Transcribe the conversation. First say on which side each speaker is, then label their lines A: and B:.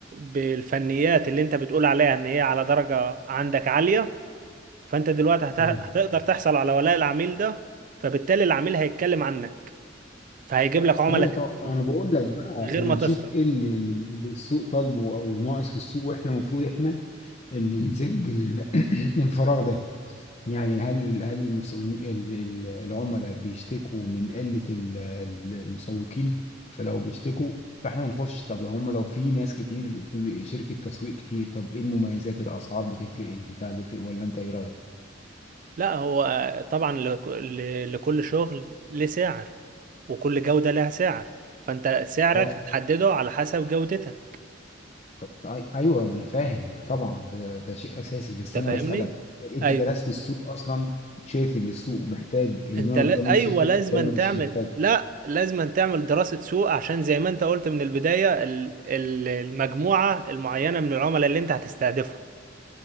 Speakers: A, on the right (about 45°); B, on the left (about 35°).
A: بالفنيات اللي انت بتقول عليها ان هي على درجة عندك عالية فانت دلوقتي هت...
B: ايوه
A: هتقدر تحصل على ولاء العميل ده فبالتالي العميل هيتكلم عنك فهيجيب لك عملاء
B: ايوه طبعا
A: تانيين
B: انا بقول لك بقى
A: غير
B: احنا
A: ما
B: نشوف
A: تسرق
B: ايه اللي اللي السوق طالبه او ناقص في السوق واحنا المفروض احنا اللي نسد ال- <coughs> <clears throat> الفراغ ده يعني هل هل المصمم ال- ال- العملاء بيشتكوا من قلة ال- ال- المسوقين فلو بيشتكوا فاحنا هنخش طب لو هم لو في ناس كتير في شركة تسويق كتير طب ايه المميزات الاسعار بتفرق البتاع بيفرق ولا انت ايه رأيك؟
A: لا هو آه، طبعا لك- ل- لكل شغل ليه سعر وكل جودة لها سعر فانت سعرك
B: طبعا
A: هتحدده على حسب جودتها
B: ط- أي- ايوه انا فاهم طبعا ده ده شيء اساسي بس
A: انت فاهمني
B: انا بسألك انت
A: ايوه
B: درست السوق اصلا شايف ان السوق محتاج النوع
A: انت لا
B: ده من
A: ايوه
B: شركتك
A: لازم
B: ولا مش
A: تعمل
B: محتاج؟
A: لا لازم تعمل دراسة سوق عشان زي ما انت قلت من البداية ال- ال- المجموعة المعينة من العملاء اللي انت هتستهدفهم